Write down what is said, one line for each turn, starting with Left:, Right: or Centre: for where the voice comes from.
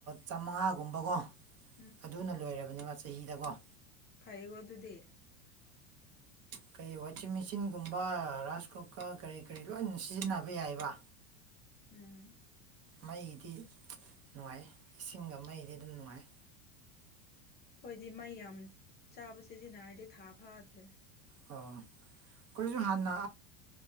Right: ꯆꯥꯃꯉꯥꯒꯨꯝꯕꯀꯣ
Left: <inaudible>
Right: ꯑꯗꯨꯅ ꯂꯣꯏꯔꯕꯅꯦꯕ ꯆꯍꯤꯗꯀꯣ
Left: ꯐꯩꯒꯗꯨꯗꯦ
Right: ꯀꯔꯤ ꯋꯥꯆꯤꯡ ꯃꯦꯆꯤꯟꯒꯨꯝꯕ ꯔꯥꯏꯁ ꯀꯨꯀꯔ ꯀꯔꯤ ꯀꯔꯤ ꯂꯣꯏꯅ ꯁꯤꯖꯤꯟꯅꯕ ꯌꯥꯏꯕ
Left: ꯎꯝ
Right: ꯃꯩꯒꯤꯗꯤ ꯅꯨꯡꯉꯥꯏ ꯏꯁꯤꯡꯒ ꯃꯩꯗꯤ ꯑꯗꯨꯝ ꯅꯨꯡꯉꯥꯏ
Left: ꯑꯩꯈꯣꯏꯗꯤ ꯃꯩ ꯌꯥꯝ ꯆꯥꯕ ꯁꯤꯖꯤꯟꯅꯔꯗꯤ ꯊꯥ ꯐꯥꯗ꯭ꯔꯦ
Right: ꯑꯥ ꯑꯩꯈꯣꯏꯁꯨ ꯍꯥꯟꯅ